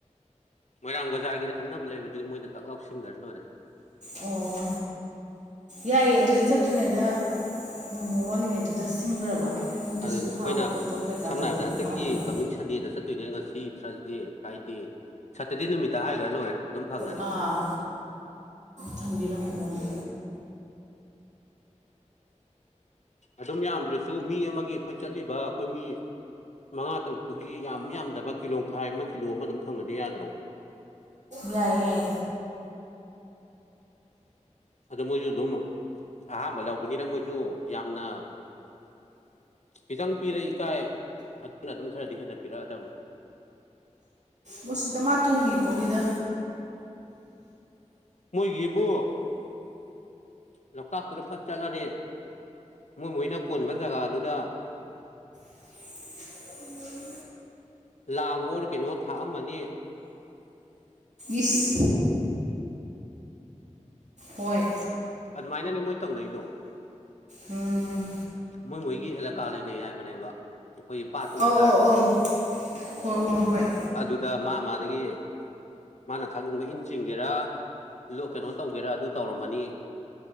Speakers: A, on the left (about 65°); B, on the right (about 70°).
A: ꯃꯣꯏꯔꯥꯡ ꯕꯖꯥꯔꯒꯤꯗ ꯈꯪꯅꯕ ꯂꯩꯕ ꯑꯗꯨꯗꯤ ꯃꯣꯏꯗ ꯇꯥꯛ ꯂꯥꯎ ꯁꯤꯟꯈ꯭ꯔ ꯂꯣꯏꯔꯦ
B: ꯑꯣ ꯌꯥꯏꯌꯦ ꯑꯗꯨꯗꯤ ꯆꯠꯇ꯭ꯔꯤꯉꯩꯗ ꯅꯣꯡꯃ ꯋꯥꯠꯂꯤꯉꯩꯗꯨꯗ ꯁꯤꯡꯈ꯭ꯔꯕ ꯃꯣꯏꯗꯁꯨ
A: ꯑꯗꯣ ꯑꯩꯈꯣꯏꯅ
B: ꯐꯥꯕ ꯈꯣꯠꯄ ꯀꯩꯀꯥ
A: ꯁꯝꯅ
B: ꯇꯧꯕꯗ
A: ꯍꯥꯏꯔꯕꯗ ꯍꯟꯗꯛꯀꯤ
B: ꯅꯨꯡꯉꯥꯏꯅꯕ
A: ꯀꯃꯤꯡ ꯁꯟꯗꯦꯗ ꯆꯠꯇꯣꯏꯅꯦ ꯉꯁꯤ ꯊꯔꯁꯗꯦ ꯐ꯭ꯔꯥꯏꯗꯦ ꯁꯇꯔꯗꯦ ꯅꯨꯃꯤꯠꯇ ꯍꯥꯏꯈ꯭ꯔ ꯂꯣꯏꯔꯦ ꯑꯗꯨꯝ ꯐꯪꯉꯅꯤ
B: ꯑꯥ ꯊꯝꯕꯤꯔꯝꯃꯣꯅ
A: ꯑꯗꯨꯝ ꯌꯥꯝꯗ꯭ꯔꯁꯨ ꯃꯤ ꯑꯃꯒꯤ ꯑꯩꯈꯣꯏ ꯆꯠꯂꯤꯕ ꯑꯩꯈꯣꯏ ꯃꯤ ꯃꯉꯥ ꯇꯔꯨꯛꯇꯨꯒꯤ ꯌꯥꯝ ꯌꯥꯝꯗꯕ ꯀꯤꯂꯣ ꯃꯈꯥꯏ ꯑꯃ ꯀꯤꯂꯣ ꯑꯃ ꯑꯗꯨꯝ ꯐꯪꯉꯗꯤ ꯌꯥꯗ꯭ꯔꯣ
B: ꯌꯥꯏ ꯌꯥꯏ
A: ꯑꯗ ꯃꯣꯏꯁꯨ ꯑꯗꯨꯝ ꯑꯍꯥꯝꯕ ꯂꯧꯕꯅꯤꯅ ꯃꯣꯏꯁꯨ ꯌꯥꯝꯅ ꯈꯤꯇꯪ ꯄꯤꯔ ꯏꯀꯥꯏ ꯑꯗꯨꯅ ꯑꯗꯨꯝ ꯈꯔꯗꯤ ꯍꯦꯟꯅ ꯄꯤꯔꯛꯑꯗꯕꯅꯤ
B: ꯃꯁꯤꯗ ꯃꯥ ꯇꯣꯡꯉꯤ ꯄꯣꯠꯅꯤꯗ
A: ꯃꯣꯏꯒꯤꯕꯨ ꯂꯣꯛꯇꯥꯛꯇꯨꯗ ꯐꯠ ꯆꯠꯂꯅꯤ ꯃꯣꯏ ꯃꯣꯏꯅ ꯀꯣꯟꯕ ꯖꯒꯥꯗꯨꯗ
B: <unintelligible>
A: ꯂꯥꯡ ꯑꯣꯔ ꯀꯩꯅꯣ ꯊꯥꯛꯑꯝꯃꯅꯤ
B: ꯏꯁ ꯍꯣꯏ
A: ꯑꯗꯨꯃꯥꯏꯅꯅꯦ ꯃꯣꯏ ꯇꯧꯅꯩꯗꯣ
B: ꯎꯝ
A: ꯃꯣꯏ ꯃꯣꯏꯒꯤ ꯑꯦꯂꯥꯀꯥ ꯂꯩꯅꯩ ꯍꯥꯏꯕꯅꯦꯕ ꯑꯩꯈꯣꯏꯒꯤ ꯄꯥꯠꯇ ꯑꯣꯏꯇꯥꯔꯒꯁꯨ
B: ꯑꯧ ꯑꯧ ꯑꯧ ꯍꯣꯏ ꯍꯣꯏ ꯍꯣꯏ
A: ꯑꯗꯨꯗ ꯃꯥ ꯃꯥꯗꯒꯤ ꯃꯥꯅ ꯊꯥꯛꯅꯤꯡꯕ ꯏꯟ ꯆꯤꯡꯒꯦꯔꯥ ꯀꯩꯅꯣ ꯇꯧꯒꯦꯔꯥ ꯑꯗꯨ ꯇꯧꯔꯝꯃꯅꯤ